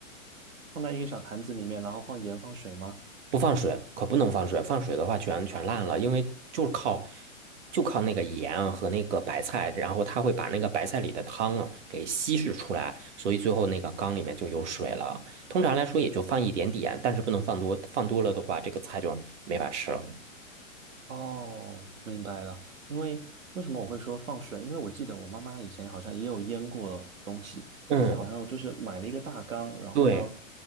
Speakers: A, on the right; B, on the right.
A: 放在一个小坛子里面，然后放盐放水吗？
B: 不放水，可不能放水，放水的话全全烂了，因为就是靠就靠那个盐和那个白菜，然后它会把那个白菜里的汤啊给稀释出来，所以最后那个缸里面就有水了。通常来说也就放一点点，但是不能放多，放多了的话这个菜就没法吃了。
A: 哦，明白了。因为为什么我会说放水？因为我记得我妈妈以前好像也有腌过东西，
B: 嗯。
A: 但是好像就是买了一个大缸，然后呢，
B: 对